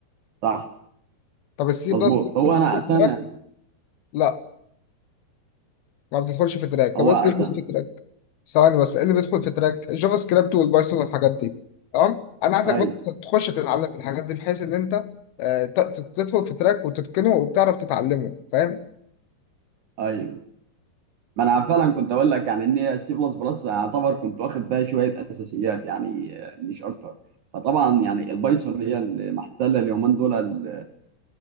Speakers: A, on the right; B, on the left.
A: صح
B: طب السي
A: مظبوط
B: بلس بلس
A: هو
B: بتدخل
A: انا اساسا
B: في تراك؟ لا ما بتدخلش في تراك طب
A: هو
B: ايه
A: اساسا
B: اللي بيدخل في تراك؟ ثواني بس ايه اللي بيدخل في تراك؟ الجافا سكريبت والبايثون والحاجات دي تمام؟ انا عايزك
A: اي
B: بقى تخش تتعلم في الحاجات دي بحيث ان انت آه، ت- ت- تدخل في تراك وتتقنه وبتعرف تتعلمه فاهم؟
A: اي ما انا فعلا كنت اقول لك يعني ان هي سي بلس بلس يعتبر كنت واخد بها شويه اساسيات يعني آه، مش اكتر فطبعا يعني البايثون هي اللي محتله اليومين دول ال-